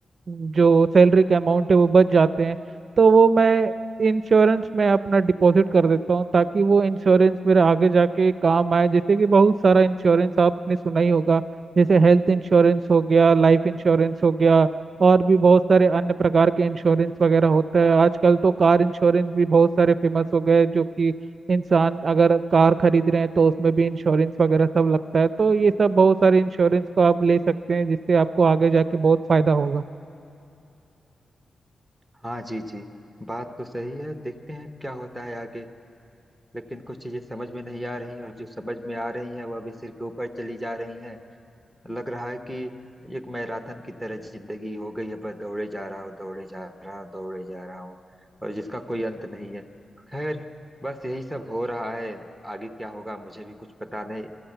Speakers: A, on the right (about 45°); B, in the centre.
A: जो सैलरी का अमाउंट है वो बच जाते हैं तो वो मैं इंश्योरेंस में अपना डिपॉजिट कर देता हूँ ताकि वो इंश्योरेंस मेरे आगे जाके काम आए जैसे कि बहुत सारा इंश्योरेंस आपने सुना ही होगा जैसे हेल्थ इंश्योरेंस हो गया लाइफ इंश्योरेंस हो गया और भी बहुत सारे अन्य प्रकार के इंश्योरेंस वगैरह होता है आजकल तो कार इंश्योरेंस भी बहुत सारे फेमस हो गए जो कि इंसान अगर कार खरीद रहे हैं तो उसमें भी इंश्योरेंस वगैरह सब लगता है तो ये सब बहुत सारे इंश्योरेंस को आप ले सकते हैं जिससे आपको आगे जाके बहुत फायदा होगा
B: हाँ जी जी बात तो सही है देखते हैं क्या होता है आगे लेकिन कुछ चीजें समझ में नहीं आ रही और जो समझ में आ रही हैं वह भी सिर के ऊपर चली जा रही हैं लग रहा है कि एक मैराथन की तरह जिंदगी हो गई है बस दौड़े जा रहा हूँ दौड़े जा रहा हूँ दौड़े जा रहा हूँ और जिसका कोई अंत नहीं है खैर बस यही सब हो रहा है आगे क्या होगा मुझे भी कुछ पता नहीं